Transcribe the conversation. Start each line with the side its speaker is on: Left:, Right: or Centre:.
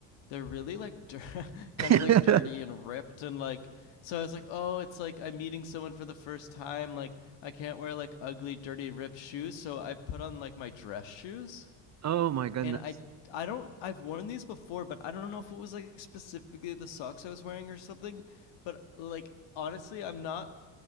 Left: they're really like dir- <laughs> kind
Right: <laughs>
Left: of like dirty and ripped and like so I was like, "Oh, it's like I'm meeting someone for the first time, like I can't wear like ugly, dirty, ripped shoes." So I put on like my dress shoes
Right: Oh my goodness.
Left: and I I don't I've worn these before, but I don't know if it was like specifically the socks I was wearing or something, but like honestly, I'm not